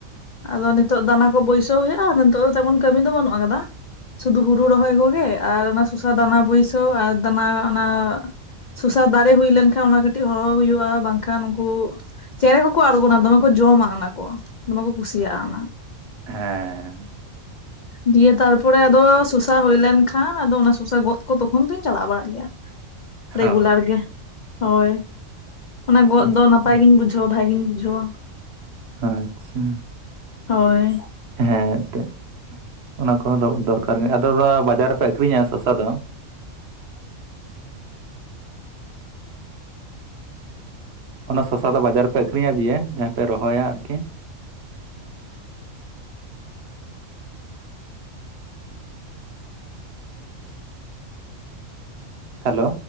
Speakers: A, on the left (about 70°); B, on the right (about 55°).
A: ᱟᱫᱚ ᱱᱤᱛᱚᱜ ᱫᱚ ᱫᱟᱱᱟ ᱠᱚ ᱵᱟᱹᱭᱥᱟᱹᱣ ᱦᱩᱭᱩᱜᱼᱟ, ᱟᱫᱚ ᱱᱤᱛᱚᱜ ᱫᱚ ᱛᱮᱢᱚᱱ ᱠᱟᱹᱢᱤ ᱫᱚ ᱵᱟᱹᱱᱩᱜ ᱠᱟᱫᱟ ᱥᱩᱫᱩ ᱦᱩᱲᱩ ᱨᱚᱦᱚᱭ ᱜᱮ ᱟᱨ ᱚᱱᱟ ᱥᱚᱥᱟ ᱫᱟᱱᱟ ᱵᱟᱹᱭᱥᱟᱹᱣ ᱟᱨ ᱫᱟᱱᱟ ᱚᱱᱟ ᱥᱚᱥᱟ ᱫᱟᱨᱮ ᱦᱩᱭ ᱞᱮᱱ ᱚᱱᱟ ᱠᱟᱹᱴᱤᱡ ᱦᱚᱨᱦᱚ ᱦᱩᱭᱩᱜᱼᱟ ᱵᱟᱝ ᱠᱷᱟᱱ ᱩᱝᱠᱩ ᱪᱮᱬᱮ ᱠᱚᱠᱚ ᱟᱬᱜᱚᱱᱟ ᱫᱚᱢᱮ ᱠᱚ ᱡᱚᱢᱟ ᱚᱱᱟ ᱠᱚ, ᱫᱚᱢᱮ ᱠᱚ ᱠᱩᱥᱤᱭᱟᱜᱼᱟ ᱚᱱᱟ᱾
B: ᱦᱮᱸ
A: ᱫᱤᱭᱮ ᱛᱟᱨᱯᱚᱨᱮ ᱟᱫᱚ ᱥᱚᱥᱟ ᱦᱩᱭ ᱞᱮᱱᱠᱷᱟᱱ ᱟᱫᱚ ᱚᱱᱟ ᱥᱚᱥᱟ ᱜᱚᱫ ᱠᱚ ᱛᱚᱠᱷᱚᱱ ᱫᱚᱧ ᱪᱟᱞᱟᱣ ᱵᱟᱲᱟᱜ ᱜᱮᱭᱟ᱾
B: ᱚ
A: ᱨᱮᱜᱩᱞᱟᱨ ᱜᱮ᱾ ᱦᱳᱭ ᱚᱱᱟ
B: ᱟᱪᱪᱷᱟ
A: ᱜᱚᱫ
B: ᱟᱪᱪᱷᱟ
A: ᱫᱚ ᱱᱟᱯᱟᱭ ᱜᱤᱧ ᱵᱩᱡᱷᱟᱹᱣᱟ ᱵᱷᱟᱜᱮᱧ ᱵᱩᱡᱷᱟᱹᱣᱟ᱾
B: ᱟᱪᱪᱷᱟ
A: ᱦᱳᱭ ᱾
B: ᱦᱮᱸ ᱮᱱᱛᱮᱫ ᱚᱱᱟ ᱠᱚᱦᱚᱸ ᱫᱚᱨᱠᱟᱨ ᱜᱮ᱾ ᱟᱫᱚ ᱵᱟᱡᱟᱨ ᱨᱮᱯᱮ ᱟᱹᱠᱷᱨᱤᱧᱟ ᱥᱟᱥᱟ ᱫᱚ? ᱚᱱᱟ ᱥᱚᱥᱟ ᱫᱚ ᱵᱟᱡᱟᱨ ᱨᱮ ᱯᱮ ᱟᱹᱠᱷᱨᱤᱧ ᱟᱫᱮᱭᱟ? ᱡᱟᱦᱟᱸ ᱯᱮ ᱨᱚᱦᱚᱭᱟ ᱟᱨᱠᱤ᱾ ᱦᱮᱞᱳ